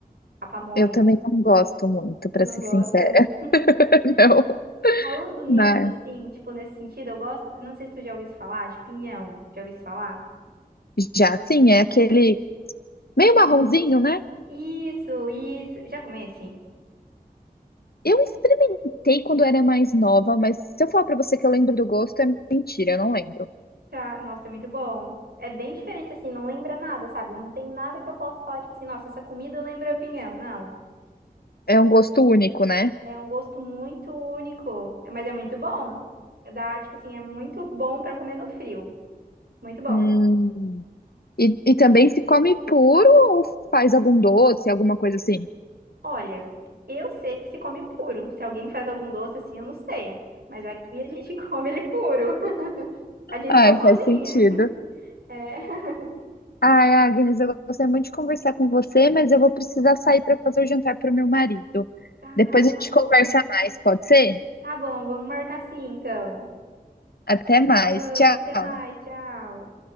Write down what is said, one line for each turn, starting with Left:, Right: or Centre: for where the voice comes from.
Right: a pamonha.
Left: Eu também não gosto muito, para
Right: Tu não
Left: ser
Right: gosta?
Left: sincera, <laughs> não.
Right: Falando nisso,
Left: Mas
Right: assim, tipo, nesse sentido, eu gosto. Não sei se tu já ouviu falar de pinhão. Já ouviu falar?
Left: já assim, é aquele meio marronzinho, né?
Right: Isso, isso. Já comece?
Left: Eu experimentei quando era mais nova, mas se eu falar para você que eu lembro do gosto, é mentira, eu não lembro.
Right: Tá, nossa, é muito bom. É bem diferente, assim, não lembra nada, sabe? Não tem nada que eu possa falar, tipo assim, nossa, essa comida lembra pinhão. Não.
Left: É um gosto único, né?
Right: É um gosto muito único, É, mas é muito bom. Dá, tipo assim, é muito bom pra comer no frio. Muito bom.
Left: Hum. E, e também se come puro ou faz algum doce, alguma coisa assim?
Right: Olha, eu sei que se come puro. Se alguém faz algum doce assim, eu não sei. Mas aqui a gente <laughs> come ele puro. A gente
Left: Ai,
Right: só cozinha.
Left: faz sentido.
Right: É. <laughs>
Left: Ai, Agnes, eu gostei muito de conversar com você, mas eu vou precisar sair para fazer o jantar para o meu marido.
Right: Ai,
Left: Depois a
Right: tá
Left: gente
Right: bom.
Left: conversa mais, pode ser?
Right: Tá bom, vamos marcar assim, então.
Left: Até mais.
Right: Tá bom,
Left: Tchau.
Right: até mais, tchau.